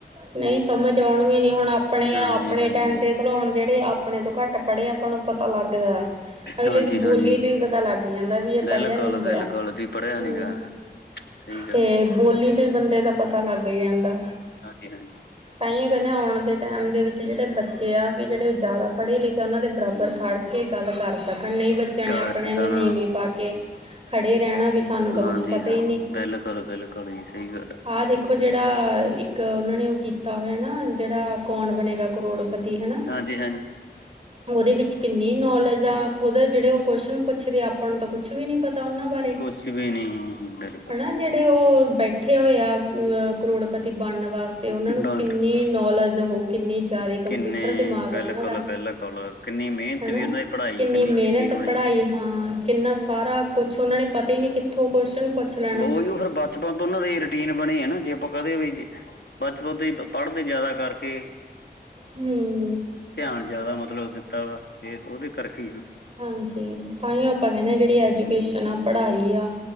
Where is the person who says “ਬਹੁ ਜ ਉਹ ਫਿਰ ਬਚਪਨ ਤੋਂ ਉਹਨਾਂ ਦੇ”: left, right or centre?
Left